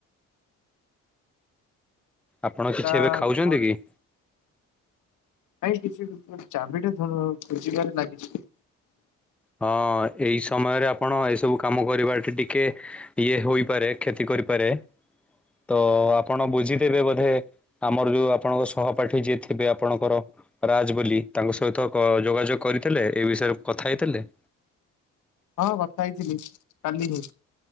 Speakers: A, in the centre; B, on the left.
A: ଆପଣ କିଛି
B: ତା
A: ଏବେ ଖାଉଛନ୍ତି
B: କଣ
A: କି?
B: ନାଇଁ କିଛି ବି, ମୁଁ ଚାବିଟା <inaudible> ଖୋଜିବାରେ ଲାଗିଛି।
A: ହଁ-ଅ-ଅ ଏଇ ସମୟରେ ଆପଣ ଏସବୁ କାମ କରିବାଟା ଟିକେ ଇଏ ହୋଇପାରେ କ୍ଷତି କରିପାରେ, ତ ଆପଣ ବୁଝିଦେବେ ବୋଧେ ଆମର ଯୋଉ ଆପଣଙ୍କ ସହପାଠୀ ଯିଏ ଥିବେ ଆପଣଙ୍କର ରାଜ୍ ବୋଲି ତାଙ୍କ ସହିତ କ ଯୋଗାଯୋଗ କରିଥିଲେ ଏଇ ବିଷୟରେ କଥା ହେଇଥିଲେ?
B: ହଁ କଥା ହେଇଥିଲି କାଲି ହିଁ।